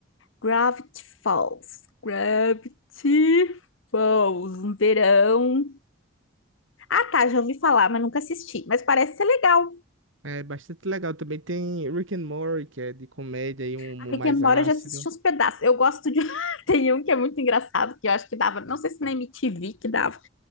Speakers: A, on the left; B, on the right.
A: Gravity Falls, Gravity Falls, um verão. Ah, tá, já ouvi falar, mas nunca assisti. Mas parece ser legal.
B: É bastante legal. Também tem Rick and Morty, que é de comédia e um humor
A: A Rick
B: mais
A: and Morty
B: ácido.
A: eu já assisti uns pedaços. Eu gosto de. <laughs> Tem um que é muito engraçado, que eu acho que dava. Não sei se na MTV que dava,